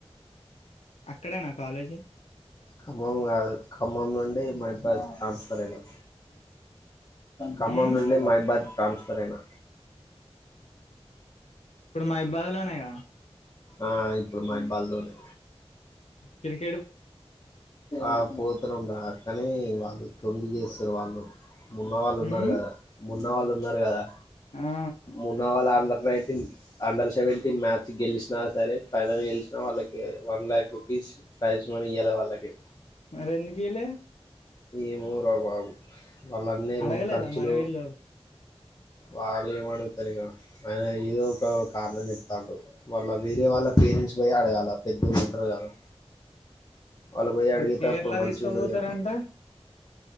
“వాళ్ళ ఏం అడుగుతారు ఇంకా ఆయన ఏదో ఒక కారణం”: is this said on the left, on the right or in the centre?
Left